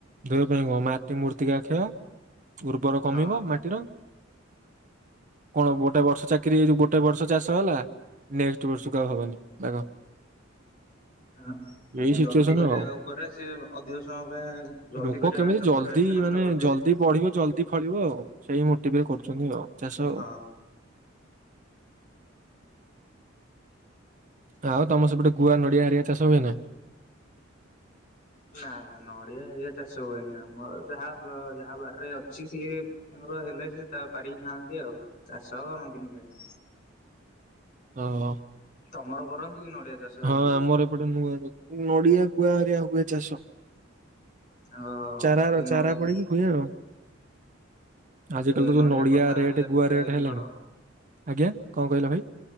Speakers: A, on the right; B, on the left.
A: ଦେହ ପାଇଁ କଣ ମାଟି ମୂର୍ତ୍ତିକାକ୍ଷୟ। ଉର୍ବର କମିବ
B: ହଁ।
A: ମାଟିର। କଣ ଗୋଟେ ବର୍ଷ ଚାକିରି ହେଇ ଗୋଟେ ବର୍ଷ ଚାଷ ହେଲା ନେକ୍ସଟ ବର୍ଷକୁ ଆଉ ହବନି ବାଗ।
B: ହଁ
A: ଏଇ ସିଚୁଏସନ
B: ଜଲଦି କରିବା
A: ଆଉ
B: ଉପରେ ସିଏ ଅଧିକ ସମୟ ପାଇଁ ଜଲ୍ଦି
A: ଲୋକ
B: କରିବା
A: କେମିତି
B: ଚକରରେ
A: ଜଲ୍ଦୀ
B: ସେ ନଷ୍ଟ
A: ମାନେ
B: କରିଦିଅନ୍ତି
A: ଜଲ୍ଦି ପଢ଼ିବେ ଜଲଦି ଫଳିବ ଆଉ। ସେଇ ମୋଟିଭ ରେ କରୁ। ଚନ୍ତି ଆଉ ଚାଷ।
B: ହଁ।
A: ଆଉ ତମର ସେପଟେ ଗୁଆ ନଡିଆ ହେରିକା ଚାଷ ହୁଏ ନା?
B: ନା ନା ନଡିଆ ହେରିକା ଚାଷ ହୁଏନି ଆମର ଯାହା ଯାହା ବାରରେ ଅଛି ସିଏର ହେଲେ ସେ ତାଙ୍କର ପାରିକି ଖାଆନ୍ତି ଆଉ। ଚାଷ କରନ୍ତିନି କେହି।
A: ଓହୋ।
B: ତମର କରନ୍ତି। କି ନଡିଆ ଚାଷ ହେରିକା
A: ହଁ ଆମର ଏପଟେ ନୂଆ ନଡିଆ ଗୁଆ ହରିଆ ହୁଏ ଚାଷ।
B: ହ
A: ଚାରା
B: ସେ
A: ଚାରା
B: ନଡିଆ
A: ପଡିକି ହୁଏ ଆଉ ଆଜିକାଲି
B: ସେ
A: ତ ଯୋଉ
B: ନଡ଼ିଆ
A: ନଡିଆ
B: କଥା ହାରିକା
A: ରେଟ୍ ଗୁଆ
B: ବିକା
A: ରେଟ୍
B: ବିକି
A: ହେଲାଣି
B: କର।
A: ଆଜ୍ଞା କଣ କହିଲ ଭାଇ?